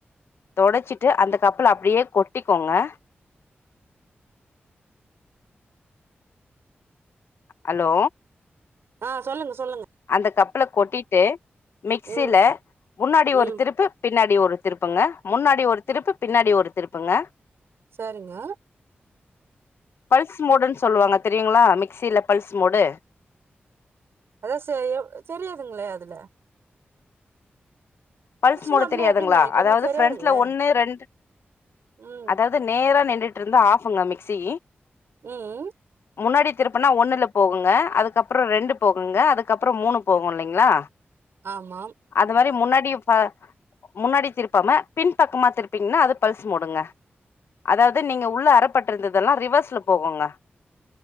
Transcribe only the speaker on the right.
ஆ சொல்லுங்க சொல்லுங்
ம்
ம்
சரிங்க
அதா செய்யோ தெரியாதுங்களே அதுல
மோட்னா
எப்டிங்க வைக்கணு
தெரியாதுங்களே
ம்
ம்க்ம்
ஆமாம்